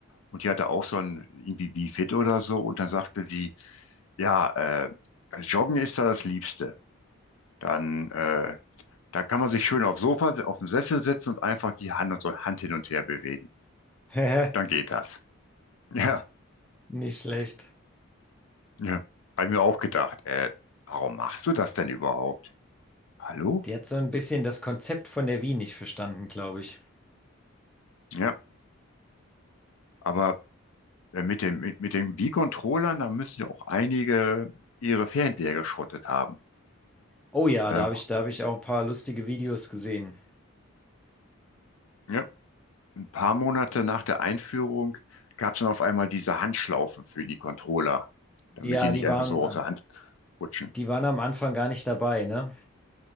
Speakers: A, on the left (about 75°); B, in the centre.
A: und die hatte auch so ein irgendwie Bi-Fit oder so und dann sagte sie, ja, äh, Joggen ist da das Liebste. Dann, äh, da kann man sich schön aufs Sofa, auf dem Sessel setzen und einfach die Hand und so Hand hin und her bewegen.
B: <laughs>
A: Dann geht das. <laughs> Ja,
B: nicht schlecht.
A: ja. Hab ich mir auch gedacht,
B: Die
A: äh, warum machst du das denn überhaupt? Hallo?
B: die hat so ein bisschen das Konzept von der Wii nicht verstanden, glaube ich.
A: Ja, aber äh, mit dem, mit, mit den Wii-Controllern, da müssen ja auch einige ihre Fernseher geschrottet haben.
B: Oh ja,
A: Äh,
B: da habe ich, da habe ich auch ein paar lustige Videos gesehen.
A: ja. paar Monate nach der Einführung gab es dann auf einmal diese Handschlaufen für die Controller, damit
B: Ja,
A: die nicht
B: die
A: einfach
B: waren,
A: so
B: äh,
A: aus der Hand rutschen.
B: die waren am Anfang gar nicht dabei, ne?